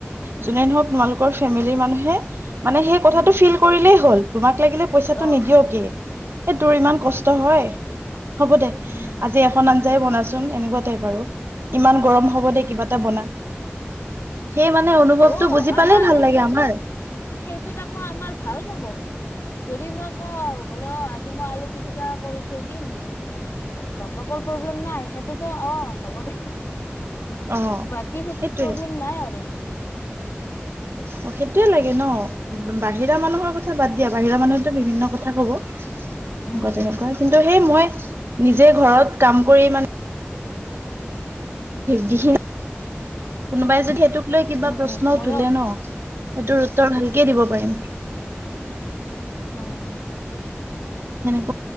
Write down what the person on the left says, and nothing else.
উম,
অ',
উম,
উম।
অ
আমাৰ
সেইটো
সেইটোত আকৌ আমাৰ ভাল ৰব যদি মই ক বোলে অ আজি মই আলু পিটিকা কৰি থৈ দিম উ বাপেকৰ প্ৰব্লেম নাই সেইটোতো অ হ'ব দে
বাকী সেইটোত
প্ৰব্লেম নাই আৰু
উম
উম
উম মইয়ো
আহ